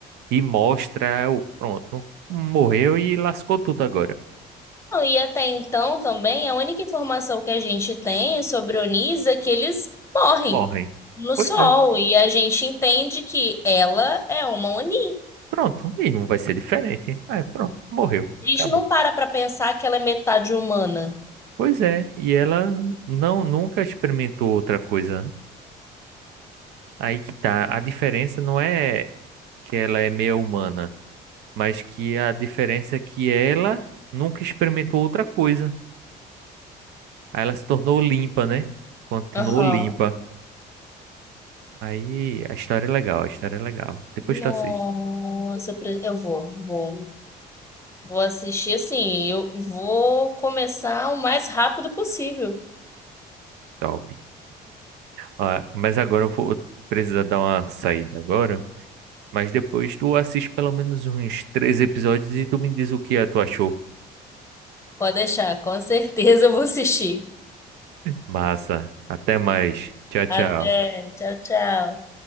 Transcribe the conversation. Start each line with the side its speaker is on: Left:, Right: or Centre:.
Right: e mostra o pronto, morreu e lascou tudo agora.
Left: Não, e até então também, a única informação que a gente tem é sobre Onis é que eles morrem
Right: Morrem.
Left: no
Right: Pois
Left: sol.
Right: é.
Left: E a gente entende que ela é uma Oni.
Right: Pronto, e não vai ser diferente. Ah, pronto, morreu,
Left: A gente
Right: acabou.
Left: não para pra pensar que ela é metade humana.
Right: Pois é, e ela não nunca experimentou outra coisa. Aí que tá, a diferença não é que ela é meia humana. mas que a diferença é que ela nunca experimentou outra coisa. Aí ela se tornou limpa, né? Continuou
Left: Aham.
Right: limpa. Aí a história é legal, a história é legal. Depois
Left: Nossa,
Right: tu assiste.
Left: eu pre- eu vou, vou. Vou assistir assim, eu vou começar o mais rápido possível.
Right: Top. Ah, mas agora eu vou precisar dar uma saída agora. Mas depois tu assiste pelo menos uns três episódios e tu me diz o que é, tu achou.
Left: Pode deixar, com certeza eu vou assistir.
Right: Massa. Até mais. Tchau, tchau.
Left: Até, tchau, tchau.